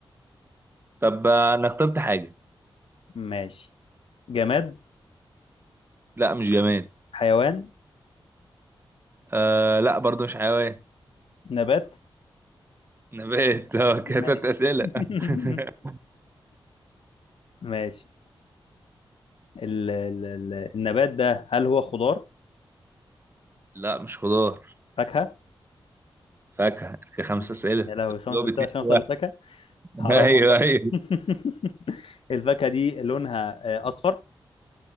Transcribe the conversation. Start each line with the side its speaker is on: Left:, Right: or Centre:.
Right: طب آه، انا اخترت حاجه
Left: ماشي جماد
Right: لا مش جماد
Left: حيوان
Right: آه لا برضو مش حيوان
Left: نبات
Right: نبات اه <laughs> كده
Left: ماشي
Right: تلات اسئله
Left: <laughs>
Right: <laughs>
Left: ماشي ال ال ال النبات ده هل هو خضار
Right: لا مش خضار
Left: فاكهة
Right: فاكهه كده خمس
Left: ماشي
Right: اسئله
Left: يا لهوي خمس
Right: جاوب
Left: أسئلة
Right: اتنين
Left: عشان أوصل
Right: في واحد
Left: لفاكهة
Right: <laughs>
Left: حرام
Right: ايوه
Left: والله
Right: ايوه
Left: <laughs> الفاكهة دي لونها آه، أصفر